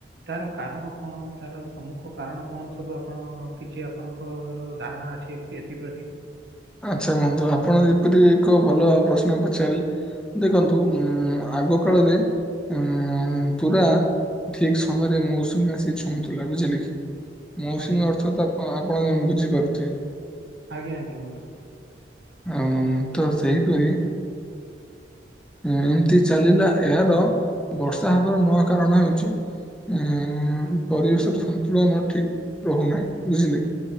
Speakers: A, on the right (about 60°); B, in the centre.
A: ତାର କାରଣ, କଣ ତାର ପ୍ରମୁଖ କାରଣ, କଣ ସବୁ ଆପଣ କିଛି ଆପଣ ଙ୍କର ଧାରଣା ଅଛି <unintelligible> ଏଥିପ୍ରତି
B: ଆଚ୍ଛା, ବନ୍ଧୁ ଆପଣ ଯେପରି ଏକ ଭଲ ପ୍ରଶ୍ନ ପଚାରିଲେ ଦେଖନ୍ତୁ ଉଁ ଆଗ କାଳରେ ଉଁ ପୁରା ଠିକ ସମୟରେ ମୌସୁମୀ ଆସି ଛୁଁଥିଲା ବୁଝିଲେ କି? ମୌସୁମୀ
A: ଆଜ୍ଞା
B: ଅର୍ଥ ତ ଆ ଆପଣ ବୁଝିପାରୁଥିବେ?
A: ଆଜ୍ଞ, ଆଜ୍ଞା। ବନ୍ଧୁ
B: ଆଁ ମୁତ ସେହିପରି ଏମତି ଚାଲିଲା ଏହାର ବର୍ଷା ହବାର ନୂଆ କାରଣ ହେଉଛି। ଏ ପରିବେଶ ସନ୍ତୁଳନ ଠିକ ରହୁନାହିଁ, ବୁଝିଲେ?